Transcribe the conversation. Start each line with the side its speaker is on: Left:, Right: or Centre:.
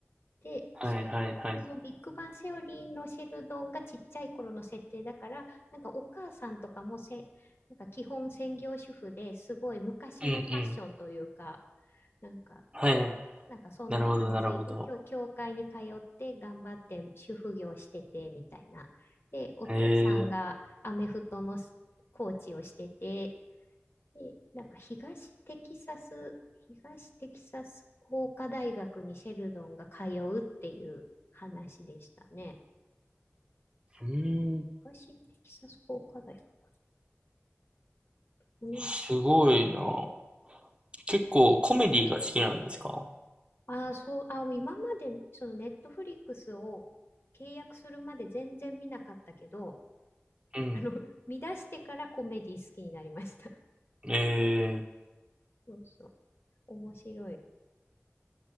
Left: で、
Right: はいはいはい。
Left: そこのビッグバンセオリーのシェルドンがちっちゃい頃の設定だから、なんかお母さんとかもせ、なんか基本専業主婦ですごい昔のファッションというか、
Right: うんうん。
Left: なんか、
Right: はい。
Left: なんかそんな感じ。
Right: なるほどなるほど。
Left: 教、教会に通って頑張って主婦業しててみたいな。で、お父さんがアメフトの
Right: ええ
Left: コーチをしてて、で、なんか東テキサス、東テキサス工科大学にシェルドンが通うっていう話でしたね。
Right: うーん。
Left: 東テキサス工科大学。ここにある。
Right: すごいな。結構コメディが好きなんですか
Left: あー、そう、あ、今までそのネットフリックスを契約するまで全然見なかったけど、
Right: うん。
Left: あの、<laughs> 見出してからコメディ好きになりました。<laughs>
Right: ええ
Left: そうそう。面白い。